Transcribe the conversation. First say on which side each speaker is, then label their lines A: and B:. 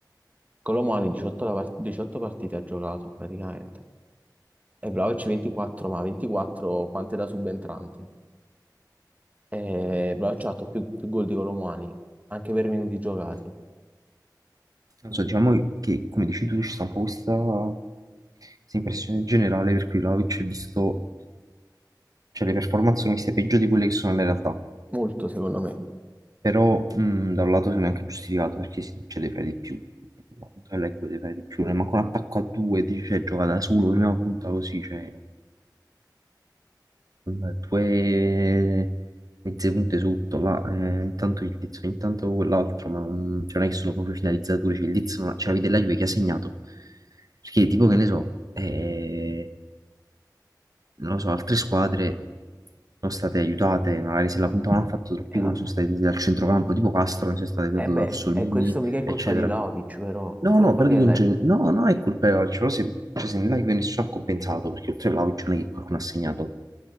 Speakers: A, on the right; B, on the right.
A: Colomani 18, la part- 18 partite ha giocato praticamente e Vlahovic 24, ma 24 quante da subentrante. E Vlahovic ha fatto più, più gol di Colomani, anche per minuti giocati.
B: Non so, diciamo che, come dici tu, ci sta un po' questa, questa impressione generale per cui Vlahovic è visto, cioè le performance sono viste peggio di quelle che sono nella realtà.
A: Molto secondo me.
B: Però mh, da un lato sono anche giustificato perché si cioè, devi fare di più. No, Leggo devi fare di più, ne manca un attacco a due, dice, cioè, gioca da solo, prima punta così, cioè, con due mezze punte sotto, là, eh, intanto il Liz, intanto quell'altro, ma non, cioè, non è che sono proprio finalizzatori, cioè il Liz, non- cioè, avete la Juve che ha segnato, perché tipo che ne so, eh, non lo so, altre squadre sono state aiutate, magari se la puntavano hanno fatto troppi
A: E,
B: gol,
A: va-
B: sono state aiutate dal centrocampo, tipo Castro, non è stato aiutato
A: e beh,
B: da Orsolini,
A: e questo mica è
B: eccetera.
A: colpa di Vlahovic, però
B: No,
A: è colpa
B: no, però
A: che
B: dico
A: la-
B: in genere,
A: eh,
B: no, no, è colpa di Vlahovic, però se, cioè, se nella Juve nessuno ha compensato, perché oltre a Vlahovic non è che qualcuno ha segnato,